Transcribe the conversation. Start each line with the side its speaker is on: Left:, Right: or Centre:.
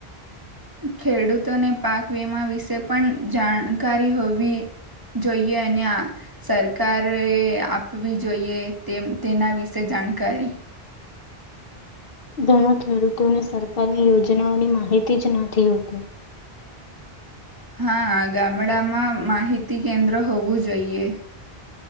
Right: ખેડૂતોને પાક વીમા વિશે પણ જાણકારી હોવી જોઈએ અને સરકએ આપવી જોઈએ તેના વિશે જાણકારી
Left: ઘણા ખેડૂતોને સરકારની યોજનાઓની માહિતી જ નથી હોતી
Right: હા ગામડામાં માહિતી કેન્દ્ર હોવું જોઈએ